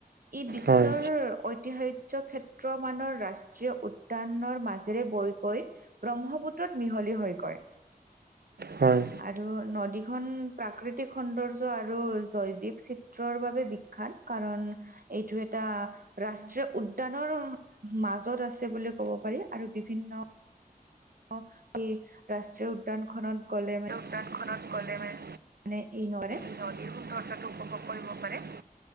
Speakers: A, on the right (about 65°); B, on the right (about 85°).
A: ই বিশ্বৰ
B: হয়
A: ঐতিহাস্য ক্ষেত্ৰ মানৰ ৰাষ্ট্ৰীয় উদ্যানৰ মাজ ৰে বৈ গৈ ব্ৰহ্মপুত্ৰত মিহলি হৈ গৈ।
B: হয়
A: আৰু নদী খন প্ৰাকৃতিক সৌন্দৰ্য আৰু জৈৱিক চিত্ৰৰ বাবে বিখ্যাত। কাৰণ এইটো এটা ৰাষ্ট্ৰীয় উদ্যানৰ মাজত আছে বুলি ক'ব পাৰি। আৰু বিভিন্ন <unintelligible> স ৰাষ্ট্ৰীয় উদ্যান খনত গ'লে মানে
B: দোকানখনত গ'লে মানে
A: মানে এই নৰে।
B: নদীৰ সৌন্দৰ্যটো উপভোগ কৰিব পাৰে।